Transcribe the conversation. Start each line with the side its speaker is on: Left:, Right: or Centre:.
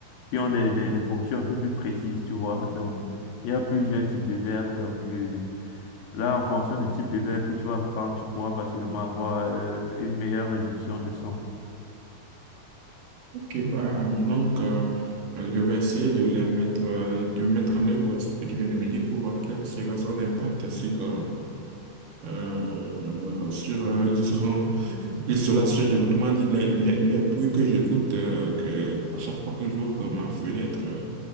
Left: qui ont des, des, des fonctions un peu plus précises, tu vois. Donc, il y a plusieurs types de verres. Donc, euh, là, en fonction du type de verre que tu vas prendre, tu pourras facilement avoir euh, une meilleure réduction de son.
Right: Ok, bah, donc, euh, je vais essayer de les mettre, euh, de mettre en œuvre ce que tu viens de me dire pour voir quel sera son impact sur, euh, euh, sur euh, disons, L'isolation, du autrement dit, les, les, les bruits que j'écoute, euh, que à chaque fois que j'ouvre ma fenêtre, euh,